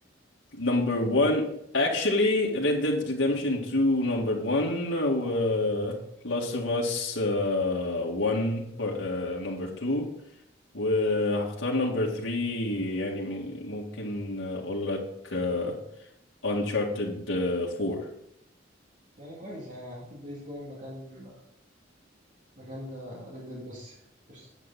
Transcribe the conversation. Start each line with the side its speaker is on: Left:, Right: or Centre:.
Left: نمبر 1 actually Red Dead Redemption 2 نمبر 1 و Last of Us آه، 1 نمبر 2 وهختار نمبر 3 يعني م- ممكن اقول لك آه، Uncharted آه، 4
Right: يعني كويس انا هحط دايز جون مكان مكان ريد ديد بس يعني قشطة.